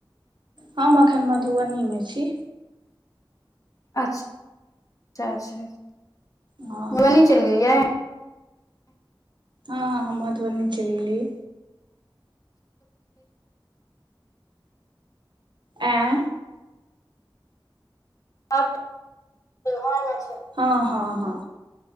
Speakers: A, on the right; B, on the left.
A: हम अखन मधुबनी मे छी।
B: अच्छा अच्छ <unintelligible> मधुबनी
A: हँ हँ
B: चलि गेलिये?
A: हँ मधुबनी चलि गेलियै। आँई
B: अब <unintelligible> छै
A: हँ-हँ-हँ